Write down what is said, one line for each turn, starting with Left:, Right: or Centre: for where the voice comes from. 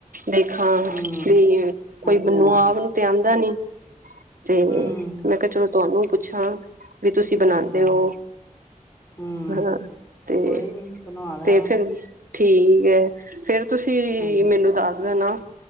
Right: ਦੇਖਾਂ,
Left: ਹੂੰ
Right: ਵੀ ਕੋਈ
Left: ਅੱਛਾ
Right: ਮੈਨੂੰ ਆਪ ਨੂੰ ਤੇ ਆਂਦਾ ਨੀ। ਤੇ
Left: ਹੂੰ
Right: ਮੈ ਕੇ ਚਲੋ ਤੁਆਨੂੰ ਪੁੱਛਾਂ, ਵੀ ਤੁਸੀਂ ਬਨਾਂਦੇ
Left: ਅੱਛਾ
Right: ਹੋ।
Left: ਹੂੰ
Right: ਹਨਾਂ ਤੇ,
Left: ਕੋਈ ਨਹੀਂ ਬਣਵਾ ਲੈਣਾ
Right: ਤੇ ਫੇਰ ਠੀਕ ਏ, ਫੇਰ ਤੁਸੀਂ
Left: ਹਾਂਜੀ
Right: ਮੈਨੂੰ ਦੱਸ ਦੇਨਾ।